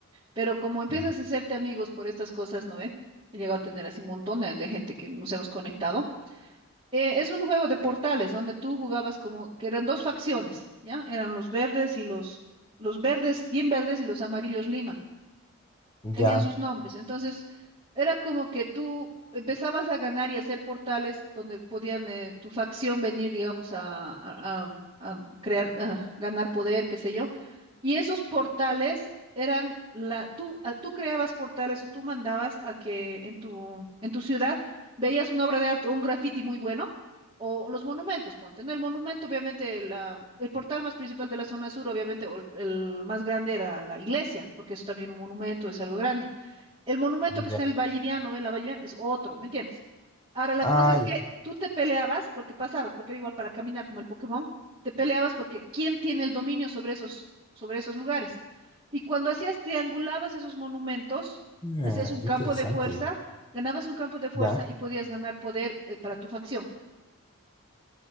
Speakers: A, on the right; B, on the left.
A: Pero como empiezas
B: Mm,
A: a hacerte amigos por estas cosas, ¿no ve? He llegado a tener así un montón de, de gente que nos hemos conectado. Eh, es un juego de portales donde tú jugabas como que eran dos facciones, ¿ya? Eran los verdes y los, los verdes, bien verdes y los amarillos Lima.
B: Ya,
A: Tenían sus nombres. Entonces, era como que tú empezabas a ganar y hacer portales donde podían eh, tu facción venir, digamos, a, a- a- a crear, a ganar poder, qué sé yo. Y esos portales eran la, tú, ah, tú creabas portales o tú mandabas a que en tu, en tu ciudad veías una obra de arte, un graffiti muy bueno o los monumentos, ponte, ¿no? El monumento, obviamente, la- el portal más principal de la zona sur, obviamente, o el, el más grande era la iglesia, porque es también un monumento, es algo grande. El monumento que
B: ya.
A: está en el Valliviano, en la Valliviana, es otro, ¿me entiendes? Ahora, la
B: Ay,
A: cosa es que tú te peleabas porque pasabas, porque era igual para caminar como el Pokémon, te peleabas porque quién tiene el dominio sobre esos, sobre esos lugares. Y cuando hacías, triangulabas esos monumentos, hacías
B: ah,
A: un
B: qué
A: campo
B: interesante.
A: de fuerza, ganabas un campo de fuerza
B: Ya.
A: y podías ganar poder, eh, para tu facción.